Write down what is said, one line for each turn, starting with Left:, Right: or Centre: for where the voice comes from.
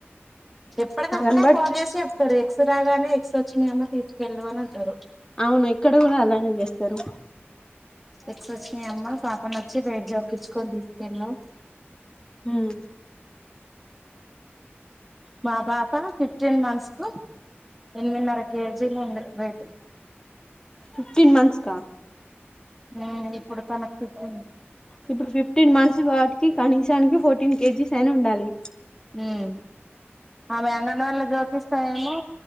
Centre: ఎప్పుటి దప్పుడే
Left: అవును బట్
Centre: ఫోన్ చేసి చెప్తారు ఎగ్స్ రాగానే. ఎగ్స్ వచ్చినాయమ్మ తీసుకెళ్ళు అని అంటారు.
Left: అవును ఇక్కడ కూడా అలానే చేస్తారు
Centre: ఎగ్స్ వచ్చినయిఅమ్మ పాపని వచ్చి వెయిట్ చేపించుకుని తీసుకెళ్ళు కేళ్ళు.
Left: ఉమ్
Centre: మా పాప ఫిఫ్టీన్ మంత్స్ కు ఎనిమిదిన్నర కేజీలు ఉంది వేటు
Left: ఫిఫ్టీన్ మంత్స్ కా
Centre: ఆ ఇప్పుడు తనకు ఫిఫ్టీన్
Left: ఇప్పుడు ఫిఫ్టీన్ మంత్స్ కాబట్టి కనీసానికి ఫోర్టీన్ కేజీస్ అయినా ఉండాలి
Centre: హమ్ ఆమె అంగన్వాళ్ళ జోపిస్తాయేమో